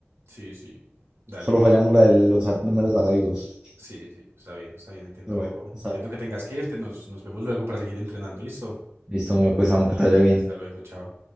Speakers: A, on the right; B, on the right.
A: Sí, sí, dale.
B: Solo fallamos la de los ar- números arábigos.
A: Sí, sí, está bien, está bien, entiendo.
B: Pero bueno, está
A: Entiendo
B: bien.
A: que tengas que irte, nos, nos vemos luego para seguir entrenando, ¿listo?
B: Listo, me pues, Samu, que
A: Dale,
B: te vaya bien.
A: hasta luego, chao.